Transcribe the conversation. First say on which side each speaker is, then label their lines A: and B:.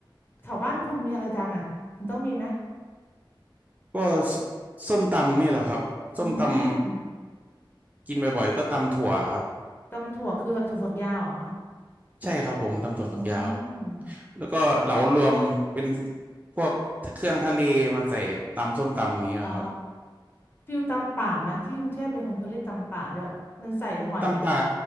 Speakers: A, on the left; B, on the right.
A: แถวบ้านคุณมีอะไรดังอ่ะมันต้องมีไหม
B: ก็สส้มตำนี่แหละครับส้มตำ
A: อืม
B: กินบ่อยๆก็ตำถั่วครับ
A: ตำถั่วคืออะไรถั่วฝักยาวเหรอคะ
B: ใช่ครับผมตำถั่วฝักยาว
A: อืม
B: แล้วก็เหลารวมเป็นพวกเครื่องทะเลมาใส่ตำส้มตำอย่างเงี้ยครับ
A: อ๋อฟิลตำป่าไหมที่กรุงเทพมีคนเขาเรียกตำป่าด้วยมันใส่หอย
B: ตำป่า